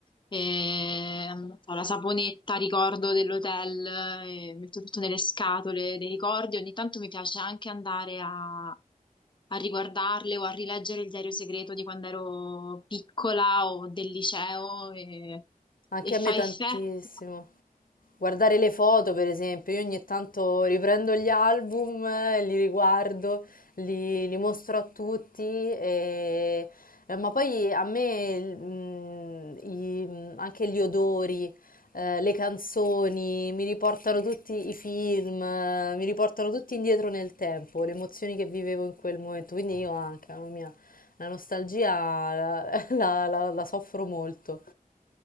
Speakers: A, on the left; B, on the left.
A: e ho la saponetta, ricordo dell'hotel, e metto tutto nelle scatole dei ricordi. Ogni tanto mi piace anche andare a, a riguardarle o a rileggere il diario segreto di quando ero piccola o del liceo e,
B: anche
A: e fa
B: a me tantissimo.
A: effetto.
B: Guardare le foto, per esempio, io ogni tanto riprendo gli album, eh, li riguardo, li, li mostro a tutti, e- eh, ma poi a me il- mm, i- mm, anche gli odori, eh, le canzoni, mi riportano tutti i film, eh, mi riportano tutti indietro nel tempo, le emozioni che vivevo in quel momento, quindi io anche, mamma mia, la nostalgia la <laughs> la- la- la soffro molto.